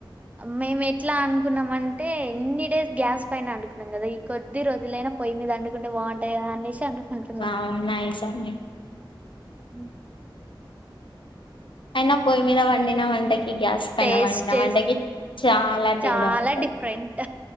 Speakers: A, on the right; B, on the left.
A: మేము ఎట్లా అనుకున్నామన్ అంటే ఎన్ని డేస్ గ్యాస్ పైన అండుకున్నాం కదా ఈ కొద్ది రోజులైనా పయ్యి మీద అంకుంటే బాగుంటా కదా అనేసి అండుకుంటున్నాం
B: వావ్ నైస్ అండి
A: ఉమ్
B: అయినా పోయి మీద వండినా వంటక్ ఈ గ్యాస్ పైన
A: టేస్ట్
B: వండిన వండకి చాలా తేడా
A: చాలా
B: ఉంటంది
A: డిఫరెంట్